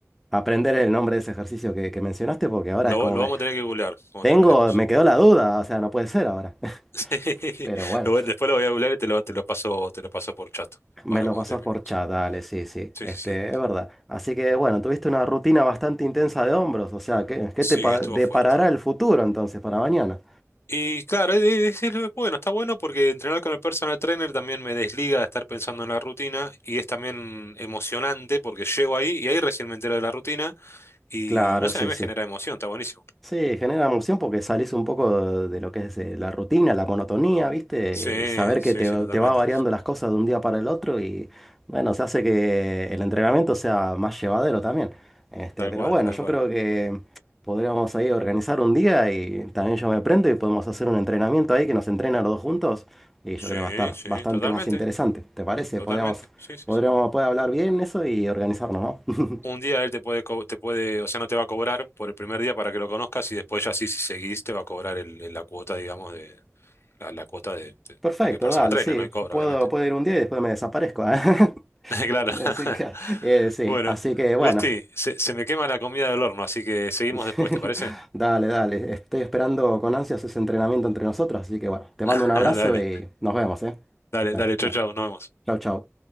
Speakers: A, in the centre; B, on the left (about 55°).
A: aprender el nombre de ese ejercicio que, que mencionaste, porque ahora
B: Lo,
A: es como
B: lo
A: que
B: vamos a tener que googlear cuando
A: tengo,
B: terminemos.
A: me quedó la duda, o sea, no puede ser ahora. <laughs>
B: <laughs> Sí,
A: Pero bueno.
B: Lo voy- después lo voy a googlear y te lo, te lo paso, te lo paso por chat,
A: Me
B: ahora
A: lo
B: cuando
A: pasas
B: terminemos.
A: por chat, dale, sí, sí,
B: Sí,
A: este,
B: sí, sí.
A: es verdad. Así que bueno, tuviste una rutina bastante intensa de hombros, o sea, ¿qué, qué
B: Sí,
A: te pa-
B: estuvo
A: deparará
B: fuerte.
A: el futuro entonces para mañana?
B: Y claro, es, es- es lo que- bueno, está bueno porque entrenar con el personal trainer también me desliga de estar pensando en la rutina y es también emocionante porque llego ahí y ahí recién me entero de la rutina Y
A: Claro,
B: no sé,
A: sí,
B: a mí me
A: sí.
B: genera emoción, está buenísimo.
A: Sí, genera emoción porque salís un poco de lo que es eh, la rutina, la monotonía, ¿viste?
B: Sí,
A: Saber
B: sí,
A: que te,
B: sí,
A: va-
B: totalmente.
A: te va variando las cosas de un día para el otro y bueno, se hace que el entrenamiento sea más llevadero también. Este,
B: Tal
A: pero
B: cual,
A: bueno,
B: tal
A: yo
B: cual.
A: creo que podríamos ahí organizar un día y también yo me prendo y podemos hacer un entrenamiento ahí que nos entrena los dos juntos y
B: Sí,
A: yo creo que va a estar
B: sí,
A: bastante
B: totalmente,
A: más interesante. ¿Te parece?
B: totalmente.
A: Podríamos,
B: Sí, sí,
A: podríamos
B: sí.
A: poder hablar bien eso y organizarnos, ¿no? <laughs>
B: Un día él te puede, co- te puede, o sea, no te va a cobrar por el primer día para que lo conozcas y después ya sí, si seguís, te va a cobrar el- el- la cuota, digamos, de la, la cuota de, de-
A: Perfecto,
B: porque es personal
A: dale,
B: trainer,
A: sí.
B: no hay cobra,
A: Puedo,
B: obviamente.
A: puedo ir un día y después me desaparezco, ¿eh?
B: <laughs> Claro.
A: <laughs>
B: <laughs>
A: Así que, eh, sí,
B: Bueno,
A: así que bueno.
B: Gusti, se, se me quema la comida del horno, así que seguimos
A: <laughs>
B: después, ¿te parece?
A: Dale, dale. Estoy esperando con ansias ese entrenamiento entre nosotros. Así que bueno, te
B: <laughs>
A: mando un abrazo
B: Dale,
A: y nos vemos, ¿eh?
B: dale,
A: Dale,
B: dale, chau,
A: no.
B: chau, nos vemos.
A: Chau, chau.